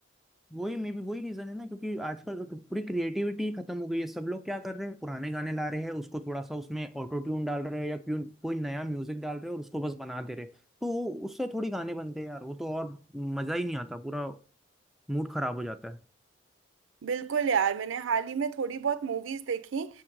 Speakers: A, in the centre; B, on the right.
A: वही मे भी वही रीजन है ना क्योंकि आजकल तो पूरी क्रिएटिविटी खत्म हो गई है सब लोग क्या कर रहे हैं पुराने गाने ला रहे हैं उसको थोड़ा सा उसमें ऑटो ट्यून डाल रहे हैं या क्यों कोई नया म्यूजिक डाल रहे हैं और उसको बस बना दे रहे हैं तो उससे थोड़ी गाने बनते हैं यार वो तो और मजा ही नहीं आता पूरा मूड खराब हो जाता है
B: बिल्कुल यार मैंने हाल ही में थोड़ी बहुत मूवीज देखी